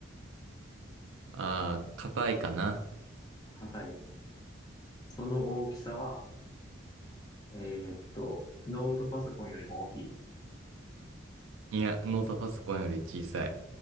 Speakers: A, on the right; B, on the left.
A: あー、硬いかな。
B: 硬い。その大きさは、えーっと、ノートパソコンよりも大きい。
A: いや、ノートパソコンより小さい。